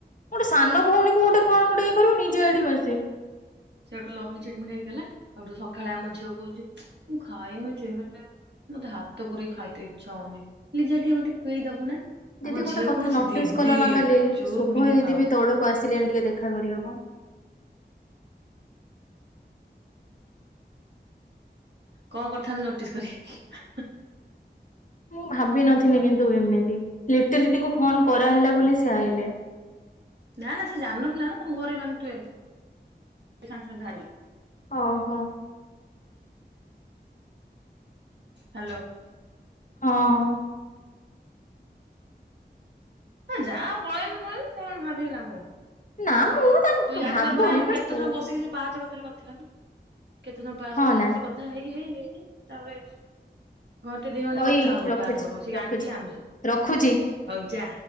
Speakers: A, on the left; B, on the right.
A: ଗୋଟେ ସାନ ଭଉଣୀ କୁ ଗୋଟେ କଣ ଗୋଟେ କରିବୁ ନିଜେ ଏଇଠି ବେସି
B: ସେଠୁ ଲଭଲି ଚିଡମିଡ୍ ହେଇକି ଦେଲା ସେଠୁ ସକାଳେ ଆମ ଝିଅ କହୁଛି ମୁଁ ଖାଇନି ଯେ ହେଲେ ହେଲେ ମତେ ହାତ ପୁରେଇ ଖାଇତେ ଇଚ୍ଛା ହଉନି ଲିଜା ଟିକେ ମତେ ଖୁଆଇ ଦବୁ ନା।
A: ଦିଦି
B: ଆମ
A: ଗୋଟେ
B: ଝିଅ
A: କଥା
B: କହୁଛି
A: ନୋଟିସ
B: ଦିଦି
A: କଲ ନା କାଲି
B: ଚୁପ୍
A: ଶୁଭ
B: କିନି
A: ଦିଦି
B: ଖାଅ
A: ବି ତଳକୁ ଆସ ଲେନି ଟିକେ ଦେଖା କରିବାକୁ।
B: କଣ କରିଥାନ୍ତୁ ନୋଟିସ କରିକି।
A: ମୁଁ ଭାବି ନଥିଲି
B: ଜଳାଏ
A: କିନ୍ତୁ ଏମିତି ଲିଟିଲ୍ ଦିଦି ଙ୍କୁ ଫୋନ କରାହେଲା ବୋଲି ସେ ଆଇଲେ।
B: ନା ନା ସେ ଜାଣିନଥିଲା ନା ତମ ଘରେ ମାନେ ତୁ ଏବେ ସାଙ୍ଗେ ସାଙ୍ଗେ ବାହାରିଲୁ।
A: ଓ ହୋ।
B: ହାଲୋ।
A: ହଁ।
B: ଯା ପଳେଇଲୁ ପଳେଇଲୁ। କଣ ଭାବିକି ଲାଭ
A: ନା ମୁଁ ତାଙ୍କ
B: ତୁ ଯାଇ
A: ଭାବୁନି
B: ସାଇଲା ପରେ ଆମେ
A: ବାସ୍
B: କେତେ
A: କହୁ
B: ସମୟ ବସିକି ସେ ପାହାଚ କ ତିରେ କଥା ହେଲୁ। କେତେ ସମୟ ପାହାଚ
A: ହଁ
B: କତିରେ
A: ନା
B: ବସି କଥା ହେଇ ହେଇ ଇକି ତାପରେ ଘଣ୍ଟେ ଦି ଘଣ୍ଟା
A: ଓଇ
B: କଥା ହଉ ବୋଧେ
A: ରଖୁଛି
B: ପାହାଚ ଉପରେ ବସି, ସେ
A: ରଖୁଛି
B: ଆଣ୍ଟି ଆମେ ସବୁ
A: ରଖୁଛି।
B: ହଉ ଯା।